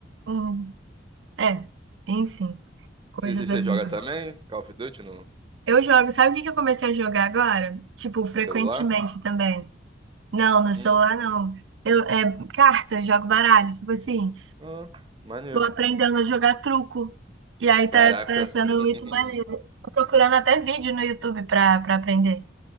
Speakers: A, on the right; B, on the right.
A: Uhum. É, enfim, coisas
B: Você, você
A: da
B: você
A: vida.
B: joga também? Call of Duty no,
A: Eu jogo. Sabe o que que eu comecei a jogar agora? Tipo, frequentemente
B: no celular?
A: também. Não, no
B: Hum.
A: celular não. Eu, é, carta, eu jogo baralho. Tipo assim,
B: Ah, maneiro.
A: tô aprendendo a jogar truco. E aí tá,
B: Caraca,
A: tá sendo
B: <laughs>
A: muito maneiro. Tô procurando até vídeo no YouTube pra, pra aprender.